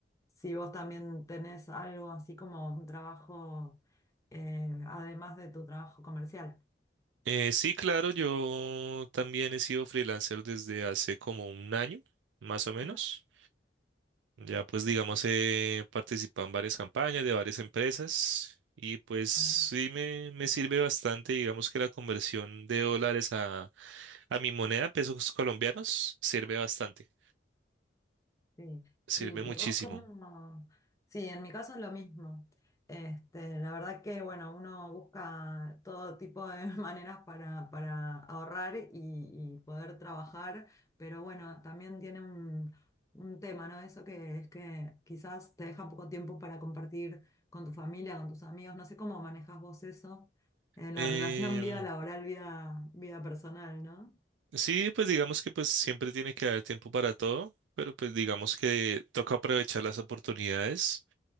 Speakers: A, on the left (about 20°); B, on the right (about 90°).
A: si vos también tenés algo así como un trabajo, eh, además de tu trabajo comercial.
B: Eh, sí, claro, yo también he sido freelancer desde hace como un año, más o menos.
A: Ajá.
B: Ya pues digamos he participado en varias campañas de varias empresas y pues sí
A: Ah.
B: me, me sirve bastante, digamos que la conversión de dólares a A mi moneda, pesos colombianos, sirve bastante,
A: Sí,
B: sirve
A: y,
B: muchísimo.
A: y vos cómo, sí, en mi caso es lo mismo. Este, la verdad que, bueno, uno busca todo tipo de <laughs> maneras para, para ahorrar y, y poder trabajar, pero bueno, también tiene un, un tema, ¿no? Eso que es que quizás te deja poco tiempo para compartir con tu familia, con tus amigos, no sé cómo manejas vos eso, en
B: Em,
A: la relación <laughs> vida laboral, vida, vida personal, ¿no?
B: sí, pues digamos que pues siempre tiene que haber tiempo para todo, pero pues digamos que toca aprovechar las oportunidades.